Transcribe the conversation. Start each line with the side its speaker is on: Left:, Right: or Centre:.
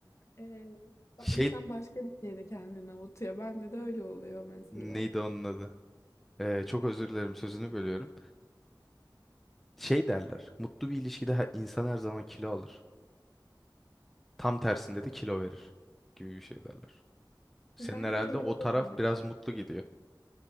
Left: E,
Centre: Şey
Left: insan başka bir şeyde kendini avutuyor. Bende de öyle oluyor mesela.
Centre: neydi onun adı? Ee, çok özür dilerim sözünü bölüyorum. Şey derler. Mutlu bir ilişkide her, insan her zaman kilo alır. Tam tersinde de kilo verir gibi bir şey derler. Senin
Left: Ben
Centre: herhalde
Left: de çok
Centre: o
Left: öyle.
Centre: taraf
Left: oluyor.
Centre: biraz mutlu gidiyor.